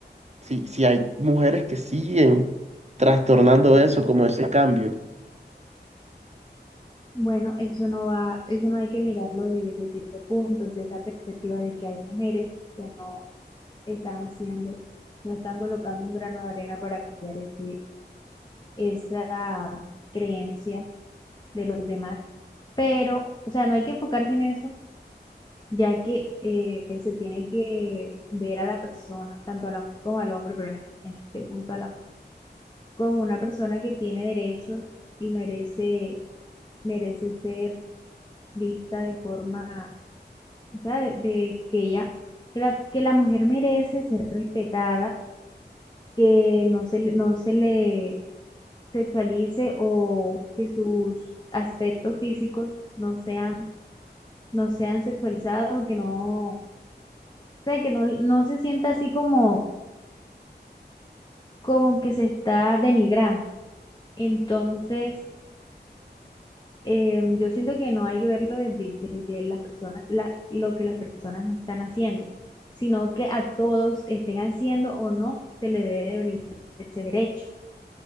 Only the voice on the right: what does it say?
si, si hay mujeres que siguen trastornando eso, como ese cambio.